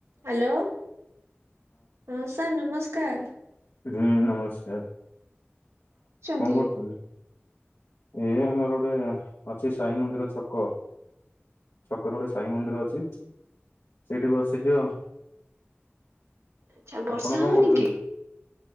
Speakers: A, on the right (about 85°); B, on the left (about 80°).
A: Hello ହଁ sir ନମସ୍କାର।
B: ହୁଁ ନମସ୍କାର କଣ
A: ଛନ୍ତି
B: କରୁଚନ୍ତି। ଏ ଆମର ଗୋଟେ ଅଛି ସାଇ ମନ୍ଦିର ଛକ ଛକରେ ଗୋଟେ ସାଇ ମନ୍ଦିର ଅଛି ସେଇଠି ବସିଚି ଆଉ।
A: ଆଚ୍ଛା ବର୍ଷା
B: ଆପଣ କଣ
A: ହଉନି
B: କରୁଛନ୍ତି
A: କି?